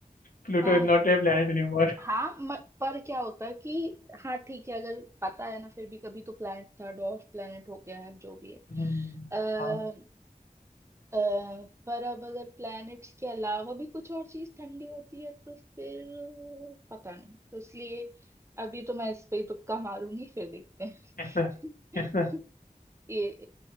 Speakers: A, on the left; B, on the right.
A: Pluto
B: हाँ,
A: is not a planet anymore
B: हाँ म, पर क्या होता है कि हाँ ठीक है अगर पता है ना फिर भी कभी तो प्लेनेट था डॉर्फ प्लेनेट हो गया है जो भी है
A: <laughs> हम्म,
B: आ,
A: हाँ
B: पर अब अगर प्लैनेट्स के अलावा भी कुछ और चीज ठंडी होती है तो फिर पता नहीं तो इसलिए अभी तो मैं इस पे ही तुक्का मारूंगी फिर देखते हैं
A: किस पे किस पे
B: <laughs> ये